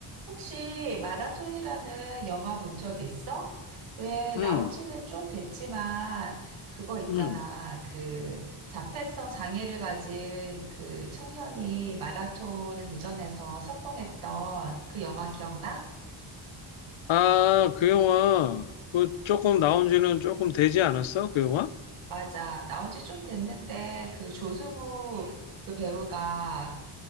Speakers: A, on the right; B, on the left.
A: 혹시 마라톤이라는 영화 본 적 있어? 왜 나온
B: 응,
A: 지는 좀 됐지만 그거 있잖아.
B: 응.
A: 그 자폐성 장애를 가진 그 청년이 마라톤에 도전해서 성공했던 그 영화 기억나?
B: 아, 그 영화, 그 조금 나온 지는 조금 되지 않았어? 그 영화?
A: 맞아. 나온 지 좀 됐는데 그 조승우 그 배우가